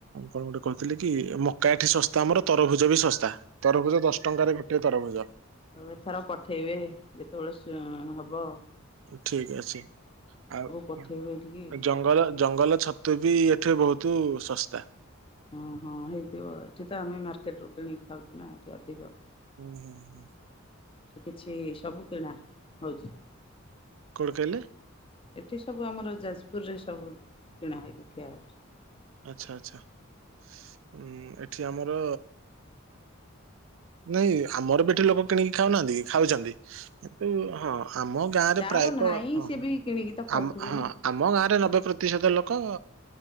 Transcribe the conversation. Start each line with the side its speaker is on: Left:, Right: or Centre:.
Right: କଣ ଗୋଟେ କହିଥିଲି କି ମକା ଏଠି ଶସ୍ତା ଆମର ତରଭୁଜ ବି ଶସ୍ତା। ତରଭୁଜ ଦଶ ଟଙ୍କାରେ ଗୋଟିଏ
Left: <inaudible>
Right: ତରଭୁଜ
Left: ହଁ ଏଥର ପଠେଇବେ ଯେତେବେଳେ ଏଁ ହବ ଆଉ।
Right: ଠିକ ଅଛି ଆଉ
Left: ପଠେଇବେ ଏଠିକି
Right: ଜଙ୍ଗଲ ଜଙ୍ଗଲ ଛତୁ ବି ଏଠି ବହୁତ ଶସ୍ତା।
Left: ଓଁ ହଁ ହେଇଥିବ ଏଠି ତ ଆମେ ମାର୍କେଟ ରୁ କିଣିକି ଖାଉଛୁ ନା ଏଠି ଅଧିକ।
Right: ହୁଁ ହୁଁ ହୁଁ।
Left: ଏଠି କିଛି ସବୁ କିଣା ହଉଚି।
Right: କଣ କହିଲେ?
Left: ଏଠି ସବୁ ଆମର ଯାଜପୁରରେ ସବୁ କିଣା ହେଇକି ଖିଆହେଉଛି।
Right: ଆଚ୍ଛା ଆଚ୍ଛା <inaudible> ଉ ଏଠି ଆମର ନାଇଁ ଆମର ବି ଏଠି ଲୋକ କିଣିକି ଖାଉନାହାନ୍ତି କି। ଖାଉଛନ୍ତି କିନ୍ତୁ ହଁ ଆମ ଗାଁରେ
Left: ଯାହାର
Right: ପ୍ରାୟତଃ
Left: ନାହିଁ
Right: ହଁ।
Left: ସିଏ ବି କିଣିକି ତ ଖାଉଥିବେ
Right: ଆମ ହଁ
Left: ନା
Right: ଆମ ଗାଁରେ ନବେ ପ୍ରତିଶତ ଲୋକ